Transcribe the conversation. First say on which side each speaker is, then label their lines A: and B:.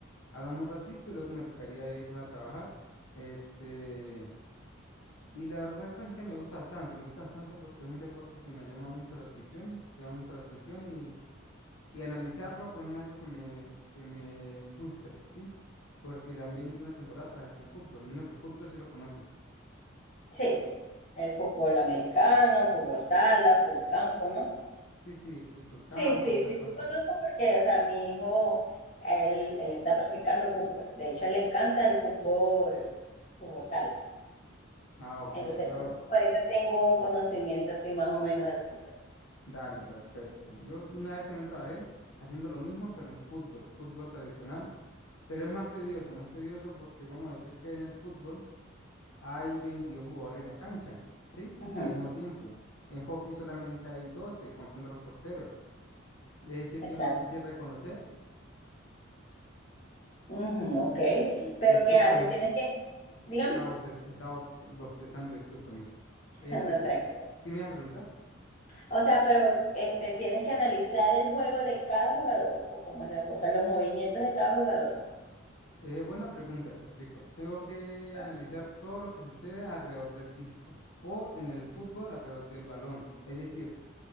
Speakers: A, on the left; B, on the left.
A: hablamos un ratico y luego me tocaría irme a trabajar. Este, y la verdad pues es que me gusta bastante, me gusta bastante porque es un deporte que me ha llamado mucho la atención, llama mucho la atención y, y analizarlo pues no es algo que me, que me frustre, ¿sí? Porque también yo una temporada trabajé con fútbol, menos que fútbol si lo conoces.
B: Sí, el fútbol americano, fútbol sala, fútbol campo, ¿no?
A: Sí, sí, fútbol campo
B: Sí, sí,
A: y esas
B: sí,
A: cosas.
B: lo conozco porque, o sea, mi hijo, él, él está practicando fútbol. De hecho, le encanta el fútbol, fútbol sala.
A: Ah, ok.
B: Entonces,
A: Yo,
B: por, por eso tengo un conocimiento así más o menos del fútbol.
A: Dale, perfecto. Yo una vez también trabajé haciendo lo mismo, pero en fútbol, fútbol tradicional, pero es más tedioso, más tedioso porque vamos a decir que en el fútbol hay 22 jugadores en la cancha, ¿sí?
B: Ujú,
A: Al mismo tiempo. En hockey solamente hay 12 contando los porteros. Es decir,
B: exacto.
A: que es más fácil reconocer.
B: Ujú, ok.
A: Di-
B: Pero
A: discúlpame,
B: ¿qué haces? Tienes que, dígame,
A: estaba, bostez- estaba bostez- bostezando, discúlpame.
B: <laughs>
A: Este,
B: no, tranquilo.
A: ¿qué me ibas a preguntar?
B: O sea, pero este, tienes que analizar el juego de cada jugador o cómo es la cosa, los movimientos de cada jugador.
A: Eh, buena pregunta, te explico. Tengo que
B: Ah,
A: analizar todo lo que sucede alrededor del disco o en
B: es-
A: el fútbol alrededor del balón. Es decir,